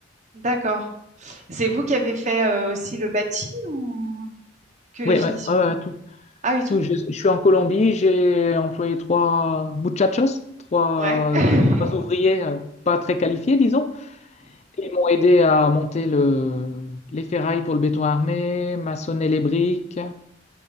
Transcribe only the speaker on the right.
D'accord. C'est vous qui avez fait euh, aussi le bâti ou que les
finitions?
Ah oui, tout.
Ouais. <laughs>